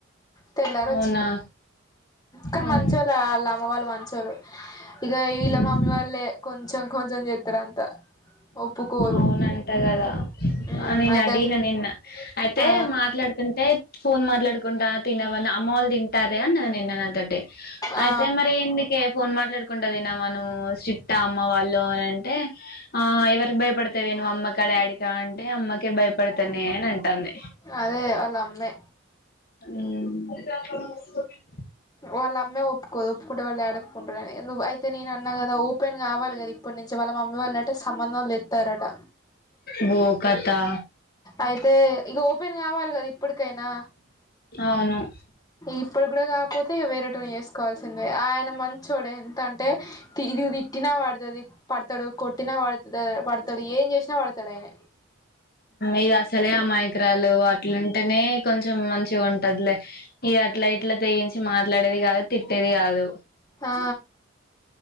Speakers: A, on the left; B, on the left.
A: తెల్లారు
B: అవునా
A: వచ్చింది కానీ
B: ఆ
A: మంచోళ్ళు వాళ్ళ అమ్మ వాళ్ళు మంచోళ్ళు ఇగ ఇ ఇలా
B: ఉమ్
A: మమ్మీ వాళ్ళలే కొంచం కొంచం చెత్తరూ అంత ఒప్పుకోరు
B: అవును అంటా కదా
A: ఉమ్
B: నేను
A: అయితే
B: అడిగిన నిన్న అయితే
A: ఆ
B: మాట్లాడుతుంటే ఫోన్ మాట్లాడుకుంట తిన్నవన్న అమ్మ వాళ్ళు తింటార్రే అన్నది నిన్న నాతోటి
A: ఆ
B: అయితే మరి ఎందుకే ఫోన్ మాట్లాడుకుంటా పోయినవా నువ్వు స్టిక్టా అమ్మ వాళ్ళు అని అంటే ఆ ఎవరికి భయపడతావే నువ్ అమ్మకా డాడీకా అంటే అమ్మకే భయపడతానే అని అంటది
A: అదే వాళ్ళ అమ్మే
B: మ్
A: వాళ్ళ అమ్మే ఒప్పుకోదు ఒప్పుకుంటే వాళ్ళు డాడీ ఒప్పుకుంటారు అయితే నేను అన్నా కదా ఓపెన్గావాలి కద ఇప్ ఇప్పుడు నుంచి వాళ్ళ మమ్మీ వాళ్ళ అంటే సంబధంలేప్తారట
B: బో కథా
A: అయితే ఇక ఓపెన్ కావాలి కదా ఇప్పటికైనా
B: అవును
A: ఇప్పుడు కూడా కాకపోతే ఇక వేరేటోని చేసుకోవాల్సిందే ఆయన మంచోడే ఎంత అంటే ఇది తిట్టినా పడుతుది పడతాడు కొట్టినా పడతా పడతాడు ఏం చేసినా పడతాడు ఆయన
B: ఇది అసలే ఆ మాయకురాలు అట్లుంటేనే కొంచెం మంచిగా ఉంటదిలే ఇది అట్లా ఇట్లా తెగించి మాట్లాడేది కాదు తిట్టేది కాదు
A: ఆ